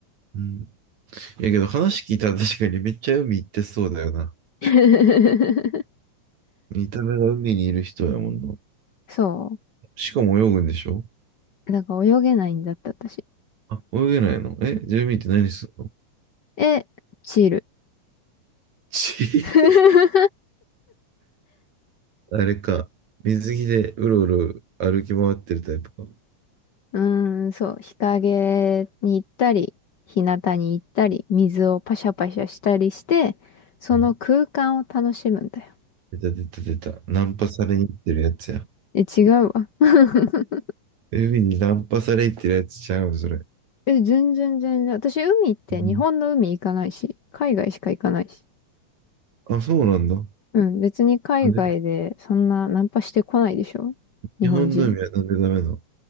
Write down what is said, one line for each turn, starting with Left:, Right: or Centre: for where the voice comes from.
Right: うん。いやけど話聞いたら確かにめっちゃ海行ってそうだよな。
Left: <laughs>
Right: 見た目が海にいる人やもんな。
Left: そ
Right: しかも泳ぐんでしょ
Left: う。だから泳げないんだって私。
Right: あ、泳げないのえ、住民って何するの
Left: え、チール。
Right: ち <laughs>
Left: <laughs>
Right: あれか。水着でうろうろ歩き回ってるタイプか。う
Left: うーん、そう、日陰に行ったり、日向に行ったり、水をパシャパシャしたりして、その空間を楽しむんだよ。
Right: ん出た出た出た。ナンパされに行ってるやつや。
Left: え、違うわ。<laughs>
Right: 海にナンパされに行ってるやつちゃうそれ。
Left: え、全然全然。私、海って日本の海行かないし、
Right: うん
Left: 海外しか行かないし。
Right: あ、そうなんだ。
Left: うん、別に海外でそんなナンパしてこないでしょ日本人。
Right: なんで日本の海はなんでダメなの